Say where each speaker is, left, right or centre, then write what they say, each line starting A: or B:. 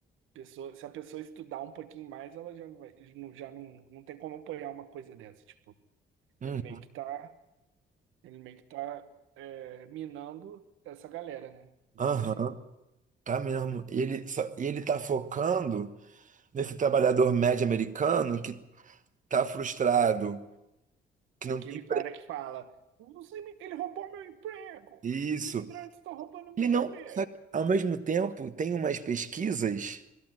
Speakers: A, on the right (about 85°); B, on the right (about 40°).
A: pessoa, se a pessoa estudar um pouquinho mais, ela já não vai, não- já não, não tem como apoiar uma coisa dessa. Tipo,
B: Hum,
A: ele meio que tá, ele meio que tá é, minando essa galera, né? Como
B: Aham,
A: se fosse
B: tá mesmo. E Ele, só- e ele tá focando nesse trabalhador médio americano que tá frustrado, que
A: aquele
B: não tem pra
A: cara que fala, "Os imi- ele roubou meu emprego!
B: isso.
A: Os imigrantes estão roubando meu
B: Ele
A: emprego!
B: não. só que, Ao mesmo tempo, tem umas pesquisas